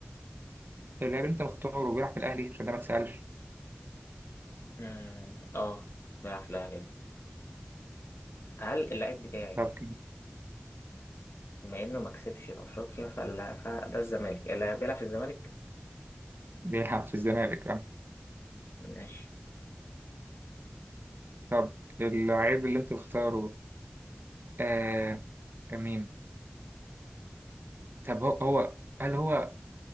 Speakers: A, on the right (about 60°); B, on the left (about 85°).
A: اللاعب اللي انت مختاره بيلعب في الاهلي عشان ده ما تسألش
B: آه آه، بيلعب في الأهلي أهو. هل اللاعب بتاعي
A: طب كده
B: بما إنه ما كسبش في أفريقيا فلا فده الزمالك اللي بيلعب في الزمالك
A: بيلعب في الزمالك آه.
B: ماشي
A: طب اللعيب اللي انت بتختاره آه مين طب هو هو هل هو